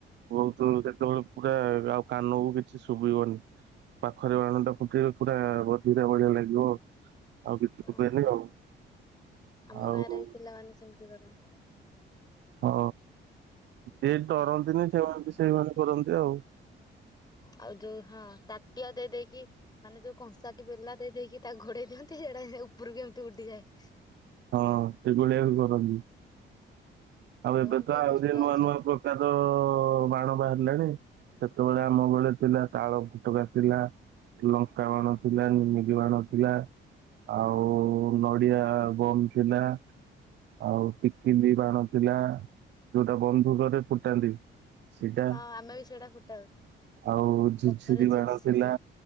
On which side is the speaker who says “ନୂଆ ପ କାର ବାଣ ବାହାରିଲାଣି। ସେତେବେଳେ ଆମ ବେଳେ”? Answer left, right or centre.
Right